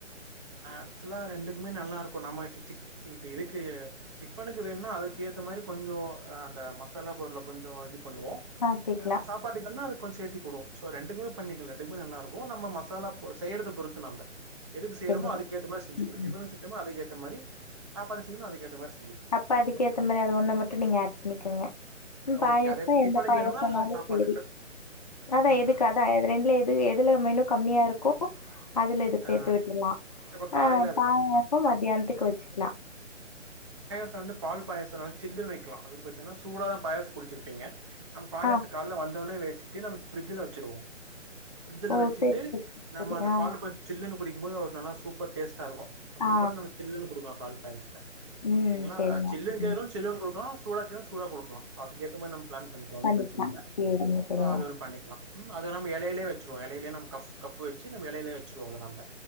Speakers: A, on the right; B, on the left.
A: ஏக்சுவலா ரெண்டுக்குமே நல்லா இருக்கு நம்ம சிச்சுக் இங்க இதுக்கு டிஃபனுக்கு வேணுன்னா அதுக்கு ஏத்த மாரி கொஞ்சோ அந்த மசாலா பொருள கொஞ்சோ இதுப் பண்ணுவோ
B: மாத்திக்கலாம்.
A: சாப்பாடுக்குன்னா அது கொஞ்சோ சேத்தி போடுவோ சோ ரெண்டுக்குமே பண்ணிக்கலா ரெண்டுக்குமே நல்லா இருக் கு நம்ம மசாலா போ செய்யறதுப் பொறுத்து நம்ப எ இதென்னமோ
B: சரிங்க.
A: அதுக்கேத்த மாரி செஞ்சு
B: ம்.
A: குடுத்து <unintelligible> அதுக்கேத்த மாரி சாப்பாடு செய்யனு அதுக்கேத்த மாரிஸ்
B: அப்ப அதுக்கு ஏத்த மாரி அது ஒன்ன மட்டு நீங்க ஆட் பண்ணிக்கங்க ம் பாயசனா
A: ஓகே அது எப்டி
B: எந்த
A: டிஃபனுக்கு
B: பாயசனாலு
A: வேணுமா இல்ல சாப்பாட்டுக்கு?
B: சேரி அதா
A: ம்
B: எதுக்கு
A: ம்.
B: அதா அது ரெண்டுல எது எதுல மெனு கம்மியா இருக்கோ அதுல இது சேத்து
A: ஆ
B: விட்ருலா
A: சரி அப்ப காலைல
B: அ
A: அத
B: பாயசம்
A: பண்ணிக்கலாம்.
B: மத்தியானத்துக்கு வச்சுக்லா
A: ச வந்து பால் பாயா சனனா சில்லுனு வைக்லா அது வந்து பாத்தனா சூடாதா பாயச குடுச்சிருப்பீங்க தம் பாயச
B: ஆ.
A: கால்ல வந் தோன வச்சிட்டு நம்ம ஃபிரிட்ஜுல வச்சிருவோ பிரிட்ஜுல
B: ஓ!
A: வச்சிட்டு
B: சரி, சரி, சரி,
A: நம்ம
B: சரி.
A: அந்த
B: ஆ.
A: பால் பாய சந்த குடிக்கும் போது ஒரு நல்ல சூப்பர் டேஸ்டா இருக்கு சோ அப்டிங்கம்போது
B: ஆ.
A: நம்ம சில்லுனு குடுக்கலா பால் பாயசத்த
B: ம்.
A: ஓகேங்களா
B: சரிங்க,
A: சில்லுனு
B: சரிங்க.
A: கேக்குறவுங் சில்லுனு குடுக்கலா சூடா கேக்குறவுங் சூடா குடுக்லா சோ அதுக்கு ஏத்த மாரி நம் ப்ளான் பண்ணிக்கலா ஒன்னு
B: பண்ணிக்கலாம்.
A: பிரச்சனல்ல
B: சரிங்க, சரிங்க.
A: சோ அது ஒனு பண்ணிக்கலா ம் அத நம் எலையிலே வச்சிருவோ எலையிலே நம்ம கப் கப்பு வச்சு நம் எலைலே வச் சுருவோ அது நம்ப